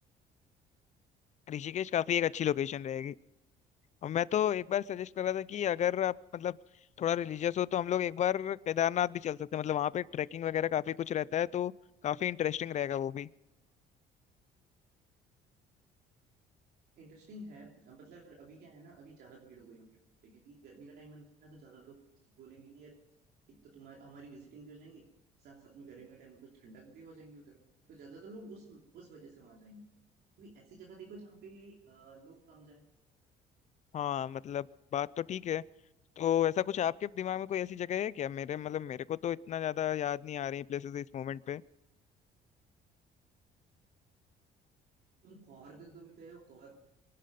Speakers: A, on the left; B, on the right.
A: ऋषिकेश काफी एक अच्छी लोकेशन रहेगी और मैं तो एक बार सजेस्ट कर रहा था कि अगर आप मतलब थोड़ा रिलीजियस हो तो हम लोग एक बार केदारनाथ भी चल सकते हैं मतलब वहाँ पे ट्रैकिंग वगैरह काफी कुछ रहता है तो काफी इंटरेस्टिंग रहेगा वो भी
B: इंटरेस्टिंग है मतलब अभी क्या है ना अभी ज्यादा भीड़ हो गई होगी वहाँ पे, क्योंकि गर्मी का टाइम है ना तो ज्यादा लोग बोलेंगे कि यार एक तो तुम्हारी हमारी विजिटिंग भी हो जाएंगी साथ साथ में गर्मी के टाइम में कुछ ठंडक भी हो जाएंगी उधर तो ज्यादातर लोग उस उस वजह से वहां जाएंगे क्योंकि ऐसी जगह देखो जहाँ पे अ, लोग कम जाए
A: हाँ मतलब बात तो ठीक है तो ऐसा कुछ आपके दिमाग में कोई ऐसी जगह है क्या मेरे मतलब मेरे को तो इतना ज्यादा याद नहीं आ रही प्लेसेस इस मोमेंट पे।
B: तुम कॉर्ग को भी गए हो कॉर्ग